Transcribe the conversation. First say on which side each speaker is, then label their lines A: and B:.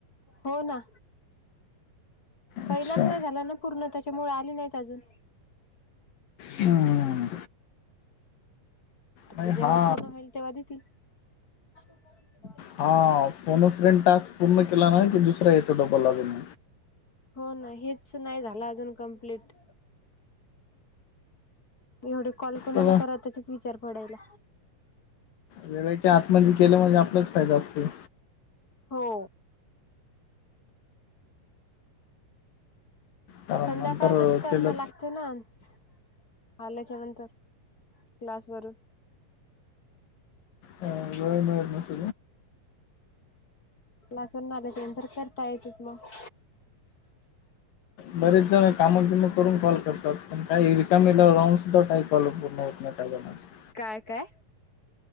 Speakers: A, on the left; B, on the left.
A: हो ना... पहिलाच
B: अच्छा
A: नाही झाला ना पूर्ण त्याच्यामुळे आली नाहीत अजून....
B: हम्म. नाही
A: तर जेव्हा
B: हा
A: पूर्ण होईल तेव्हा देतील. हम..
B: हा फोन अ फ्रेंड टास्क पूर्ण केला ना की दुसरा येतो डबल अजून...
A: हो ना हेच नाही झालं अजून कंप्लीट.... एवढे कॉल कोणाला
B: तर
A: करा तेचाच विचार पडायला.
B: वेळेच्या आतमध्ये केलं म्हणजे आपलाच फायदा असतो.
A: हो...
B: कारण
A: संध्याकाळच
B: नंतर
A: करणं
B: केलं
A: लागत. ना आल्याच्या नंतर क्लास वरून...
B: ह जय म न स....
A: लसून नालंचनंत करता येतच मग....
B: बरेच जण कामं बिम करून कॉल करतात. पण काही रिकामी सुद्धा कॉल पूर्ण होत नाहीत काही जणांसनी.....
A: काय काय?